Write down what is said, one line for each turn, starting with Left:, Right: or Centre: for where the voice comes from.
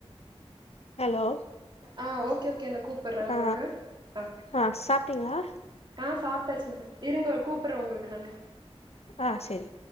Left: ஹலோ
Right: ஆ ஓகே ஓகே அண்ணா கூப்பிடுறேன் உங்களுக்கு
Left: ஆ
Right: ஆஹ்
Left: ஆ சாப்ட்டீங்களா
Right: ஆ சாப்பிட்டச்சு நான் இருங்க கூப்பிடுறேன் உங்களுக்கு நானு
Left: ஆ சரி